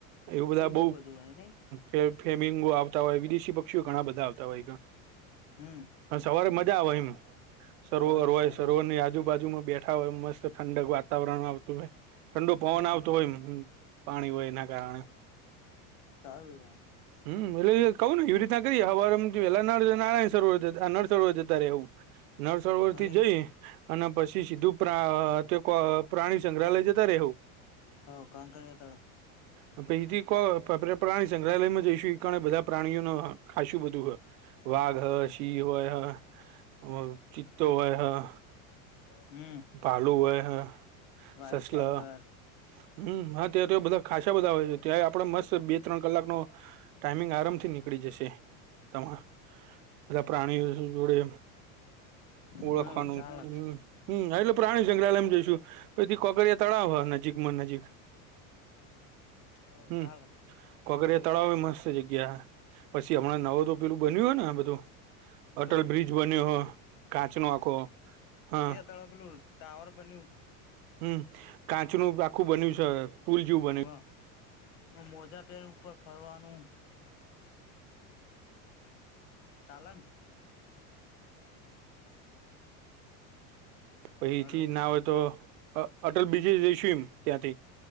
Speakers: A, on the right (about 75°); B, on the left (about 70°).
A: એવું બધા
B: એ બઉ
A: બહુ
B: બધું હોય નઈ
A: હ ફેમેંગો આવતા હોય વિદેશી પક્ષીઓ ઘણા બધા આવતા હોય છે.
B: હમ.
A: હા સવારે મજા આવે એમ સરોવર
B: સવારે
A: હોય
B: સારું
A: સરોવર
B: રે
A: ની યાદ આજુબાજુમાં બેઠા હોય એ મસ્ત ઠંડક વાતાવરણ આવતું હોય ઠંડો પવન
B: હમ
A: આવતો હોય એ પાણી હોય એના કારણે
B: સારું છેઆમ.
A: હમ એટલે એ કવું ને એવી રીના કઈએ હવારમ નારાયણ સરોવર ના નળસવર જતા રહેવું નળસરોવર
B: પહી
A: થી જઈ અને પછી સીધું તે પ્રા અ તે કો અ પ્રાણીસંગ્રહાલય જતા રહેવું
B: હો કાંકરિયા તળાવ
A: અ એયથી પ્રાણી સંગ્રહાલયમાં જઈશું એ કારણે બધા પ્રાણીઓને ખાસું બધું હોય વાઘ હૈ
B: હવ
A: સીં હોય હ ચિત્તો હોય હ
B: હમ.
A: ભાલુ હોય હૈ.
B: વ્હાઈટ
A: સસલા
B: ટાઈગર
A: હમ હા ત તો બધા ખાસા બધા હોય છે, ત્યાં આપડે મસ્ત બે ત્રણ કલાકનો ટાઈમિંગ આરામથી નીકળી જશે. તમા બધા પ્રાણીઓ જોડે
B: હવ
A: ઓળખવાનું
B: ચાલે
A: હ હમ એટલે પ્રાણી સંગ્રહાલયમ જોઈશું પછી કોકરિયા તળાવ હ નજીકમાં નજીક
B: હવ
A: હમ
B: ચાલે
A: કોકરિયા તળાવ મસ્ત જગ્યા. પછી હમણાં નવું તો પેલું બન્યું હોય ને આ બધું અટલ
B: શું
A: બ્રિજ બન્યો હ કાચ નો આખો હા
B: તળ બ્લો ટાવર બન્યું
A: હમ કાચ નું આખું બન્યું છે, પુલ જેવું
B: હોવ
A: બન્યું
B: મોજા પેન ઉપર ફરવાનું ચાલન
A: પહીથી
B: હલો
A: ના હોય તો અટલ બ્રિજે જયસું મ ત્યાંથી.